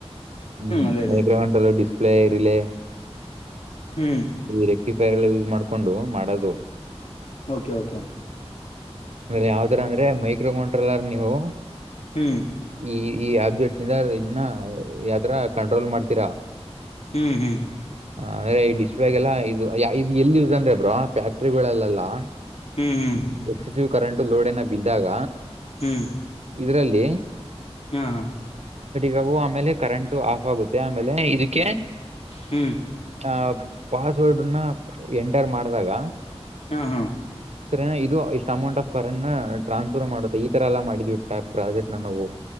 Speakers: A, on the right; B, on the left.
A: ಹ್ಮ್
B: ಅದೇ ಅದೇ
A: ಮೈಕ್ರೋಂಟ ಡಿಸ್ಪ್ಲೇ ರಿಲೆ
B: ಹ್ಮ್
A: ರಕ್ಟಿಫೈರ್ ಎಲ್ಲ ಯೂಸ್ ಮಾಡ್ಕೊಂಡು ಮಾಡೋದು
B: ಓಕೆ ಓಕೆ
A: ಅಂದ್ರೆ ಯಾವ್ದರ ಅಂದ್ರೆ ಮೈಕ್ರೋಮೋಂಟ್ರಲ್ಲಾರ ನೀವು
B: ಹ್ಮ್
A: ಈ ಈ ಅಬ್ಜೆಕ್ಟ್ ಶಿಂದಾರ್ ಇದನ್ನ ಯಾವತರ ಕಂಟ್ರೋಲ್ ಮಾಡ್ತೀರಾ
B: ಹ್ಮ್ ಹ್ಮ್
A: ಹ ಅಂದ್ರೆ ಈ ಡಿಸ್ಪ್ಲಗೆಲ್ಲಾ ಇದು ಇದು ಎಲ್ಲಿ ಯಸ್ ಅಂದ್ರೆ ಬ್ರೋ ಫ್ಯಾಕ್ಟ್ರಿಗಳೆಲ್ಲೆಲ್ಲಾ
B: ಹ್ಮ್ ಹ್ಮ್
A: ಎಕ್ಸಸಿವ್ ಕರೆಂಟ್ ಲೋಡ್ ಏನ ಬಿದ್ದಾಗ
B: ಹ್ಮ್
A: ಇದರಲ್ಲಿ
B: ಹಾ ಹಾ
A: ಗ ಆಮೇಲೆ ಕರೆಂಟ್ ಆಫ್ ಆಗುತ್ತೆ ಆಮೇಲೆ ಇದಕ್ಕೆ
B: ಹ್ಮ್
A: ಆ ಪಾಸ್ವರ್ಡ್ನ ಎಂಟರ್ ಮಾಡ್ದಾಗ
B: ಹ್ನ ಹ್ನ.
A: ಸರ್ ಇದು ಇಷ್ಟ ಅಮೌಂಟ್ ಆಫ್ ಕರನ ಟ್ರಾನ್ಸ್ಫರ್ ಮಾಡುತ್ತೆ ಈ ತರ ಎಲ್ಲ ಮಾಡಿದ್ವಿ ಟ್ಯಾಪ್ ಪ್ರಾಜೆಟನ ನಾವು